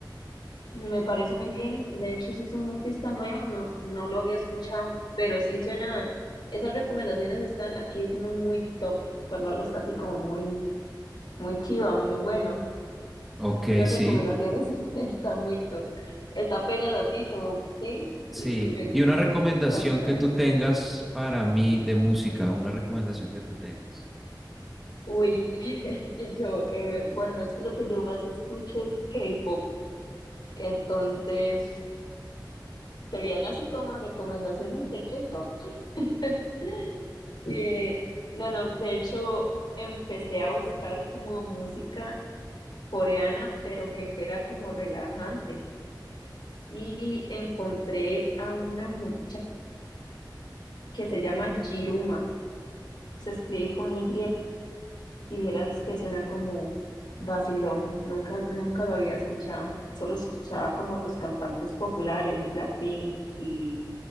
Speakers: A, on the left; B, in the centre.
A: Me parece muy bien. De hecho, ese es un artista nuevo, no, no lo había escuchado, pero sí suena, esas recomendaciones están aquí, decimos muy top, cuando algo está así como muy, muy chiva, muy bueno.
B: Ok,
A: Esas
B: sí.
A: recomendaciones <laughs> están muy top. Está apenas así como, sí,
B: Sí,
A: sí, sí, me gusta.
B: y una recomendación
A: Va para
B: que
A: el
B: tú
A: ambiente.
B: tengas para mí de música, una recomendación que tú tengas.
A: Uy, <laughs> y yo, eh, bueno, es que lo que yo más escucho es K-pop. Entonces, serían así como recomendaciones de K-pop. <laughs> Eh, no, no, de hecho, empecé a buscar como música coreana, pero que fuera como relajante. Y encontré a una muchacha que se llama Jiruma. Se escribe con Y y vieras que suena como vacilón. Nunca, nunca lo había escuchado. Solo escuchaba como los cantantes populares, Blackpink y